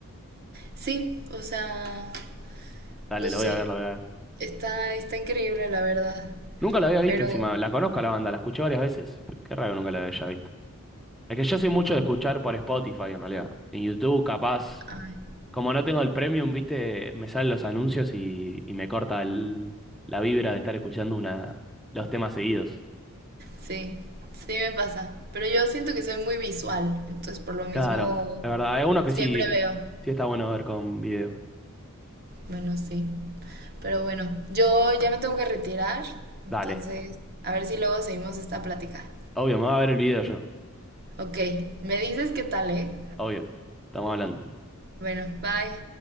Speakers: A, on the right; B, in the centre.
A: sí, o sea,
B: Dale,
A: no sé.
B: lo voy a ver, lo voy a ver.
A: Está, está increíble, la verdad.
B: Nunca la había visto
A: Pero,
B: encima. La conozco a la banda, la escuché varias veces. P- Qué raro que nunca la haya visto. Es que yo soy mucho
A: no.
B: de escuchar por Spotify en realidad. En YouTube, capaz.
A: ay,
B: Como no tengo el premium, viste, me salen los anuncios y, y me corta el- la vibra de estar escuchando una, los temas seguidos.
A: sí, sí me pasa. Pero yo siento que soy muy visual, entonces por lo mismo
B: Claro, es verdad. Hay unos que
A: siempre
B: sí,
A: veo.
B: sí está bueno ver con video.
A: Bueno, sí. Pero bueno, yo ya me tengo que retirar, entonces
B: Dale.
A: a ver si luego seguimos esta plática.
B: Obvio, me va a ver el video yo.
A: Ok, me dices qué tal, ¿eh?
B: Obvio. Estamos hablando.
A: Bueno, bye.